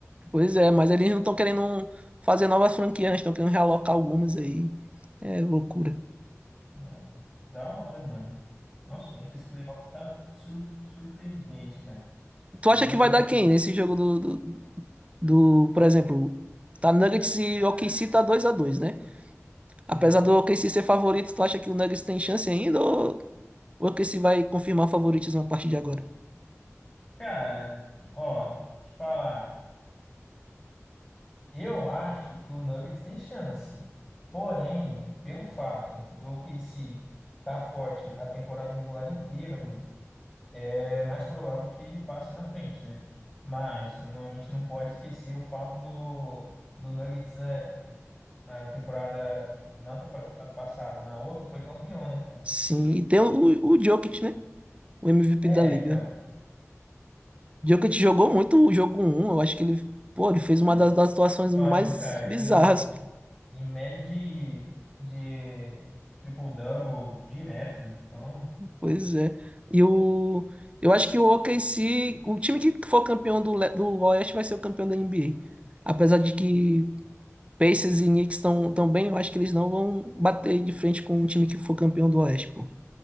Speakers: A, on the right; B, on the left.
A: pois é, mas eles não estão querendo fazer novas franquias, né? estão querendo realocar algumas aí. É loucura.
B: Ah, da hora, mano. Nossa, mas esse playoff tá sur- surpreendente, cara.
A: Tu
B: O
A: acha
B: jogo
A: que vai
B: de.
A: dar quem nesse jogo do, do, do, por exemplo, tá Nuggets e o OKC tá dois a dois né? Apesar
B: Hum.
A: do OKC ser favorito, tu acha que o Nuggets tem chance ainda ou o OKC vai confirmar favoritismo a partir de agora?
B: Cara, ó, te falar. Eu acho que o Nuggets tem chance. Porém, pelo fato do OKC tá forte a temporada regular inteira, mano, é mais provável que ele passe na frente, né? Mas não- a gente não pode esquecer o fato do, do Nuggets é, na temporada, na temporada passada, na outra foi campeão, né, cara?
A: Sim, e tem o, o Jokic, né? O MVP
B: É,
A: da liga.
B: então.
A: Jokic jogou muito o jogo um eu acho que ele, pô, ele fez
B: É,
A: uma das, das situações
B: dói,
A: mais
B: né, cara?
A: bizarras,
B: E, é, em média de, de triple-double direto. Então,
A: pois é. E o eu acho que o OKC, o time que for campeão do, Le- do Oeste vai ser o campeão da NBA. Apesar de que Pacers e Knicks estão tão bem, eu acho que eles não vão bater de frente com um time que for campeão do Oeste, pô.